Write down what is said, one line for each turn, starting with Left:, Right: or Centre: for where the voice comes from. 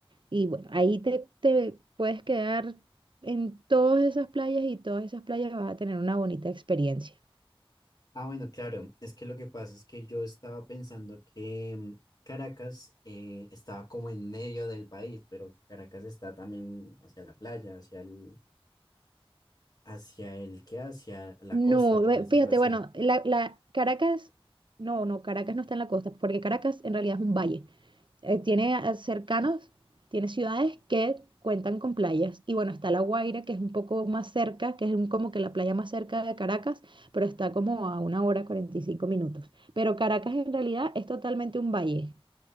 Right: Y bueno, ahí te, te puedes quedar en todas esas playas y todas esas playas vas a tener una bonita experiencia.
Left: Ah, bueno, claro, es que lo que pasa es que yo estaba pensando que mm, Caracas eh, estaba como en medio del país, pero Caracas está también hacia la playa, hacia el, hacia el que, hacia la
Right: No,
Left: costa, por
Right: ve-
Left: decirlo
Right: fíjate,
Left: así.
Right: bueno, la, la- Caracas, no, no, Caracas no está en la costa, porque Caracas en realidad es un valle. Eh, tiene a- cercanos, tiene ciudades que cuentan con playas. Y bueno, está La Guaira, que es un poco más cerca, que es un- como que la playa más cerca de Caracas, pero está como a una hora 45 minutos. Pero Caracas en realidad es totalmente un valle.